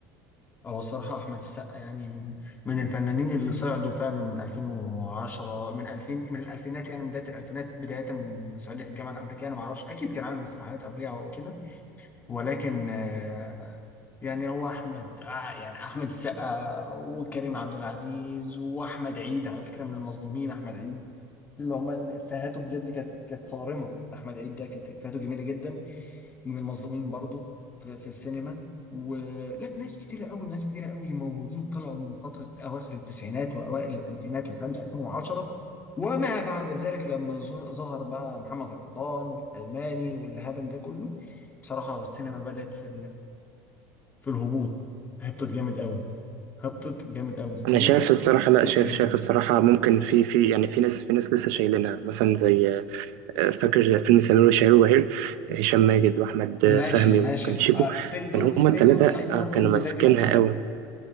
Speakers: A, on the left; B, on the right.
A: هو الصراحه احمد السقا يعني من من الفنانين اللي صعدوا فعلا من 2010 من 2000 من الالفينات يعني من بدايه الالفينات بدايه من صعيدي في الجامعه الامريكيه انا ما اعرفش اكيد كان عامل مسرحيات قبلها او كده ولكن آه، يعني هو احمد آه، يعني احمد السقا وكريم عبد العزيز واحمد عيد على فكره من المظلومين احمد عيد اللي هم افهاته بجد كانت كانت صارمه احمد عيد ده كانت افهاته جميله جدا من المظلومين برضو في, في السينما ولا ناس كتيره قوي ناس كتيره قوي موجودين طلعوا من فتره اواخر التسعينات واوائل الالفينات لحد 2010 وما بعد ذلك لما ظه- ظهر بقى محمد رمضان والالماني والهبل ده كله بصراحه السينما بدات في في الهبوط هبطت جامد قوي هبطت جامد قوي السينما
B: أنا شايف الصراحة
A: هبطت
B: لا شايف
A: جامد
B: شايف الصراحة ممكن في في يعني في ناس في ناس لسه شايلينها مثلا زي فاكر فيلم سمير وشهير وبهير هشام ماجد واحمد
A: ماشي
B: فهمي
A: ماشي
B: وكان شيكو
A: ستيل دول
B: كان هما
A: ستيل
B: الثلاثه
A: دول طالعين برضو
B: كانوا
A: من بداية
B: ماسكينها
A: الألفينات
B: قوي